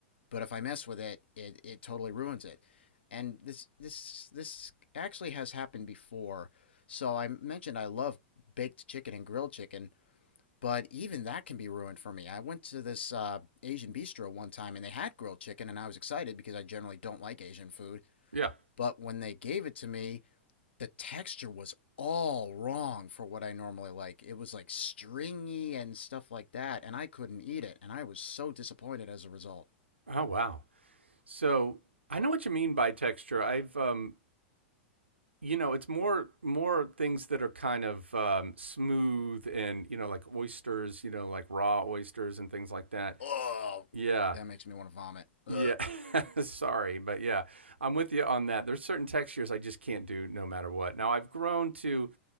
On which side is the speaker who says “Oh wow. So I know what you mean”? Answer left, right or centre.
Right